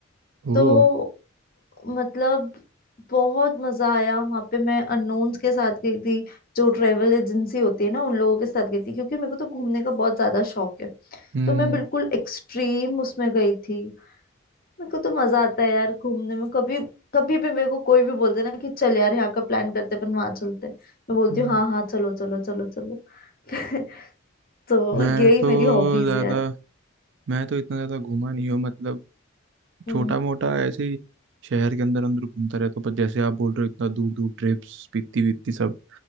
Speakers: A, on the right (about 60°); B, on the left (about 45°).
A: वो
B: तो मतलब बहुत मजा आया वहां पे मैं अननोन्स के साथ गई थी जो ट्रेवल एजेंसी होती है ना उन लोगों के साथ गई थी क्योंकि मेरे को तो घूमने का बहुत ज्यादा शौक है
A: हम्म
B: तो मैं बिल्कुल एक्सट्रीम उसमें गई थी मेरे को तो मजा आता है यार घूमने में कभी कभी भी मेरे को कोई भी बोलते ना कि चल यार यहाँ का प्लान करते हैं, अपन वहां चलते हैं। मैं बोलती
A: हम्म,
B: हूँ हाँ हाँ चलो चलो चलो चलो <laughs> तो
A: मैं
B: यही
A: तो
B: मेरी हॉबीज
A: ज्यादा
B: है यार
A: मैं तो इतना ज्यादा घूमा नहीं हूँ मतलब
B: हम्म
A: छोटा मोटा ऐसे ही शहर के अंदर अंदर घूमता रहता हूँ पर जैसे आप बोल रहे हो इतना दूर दूर ट्रिप्स पीती वीती सब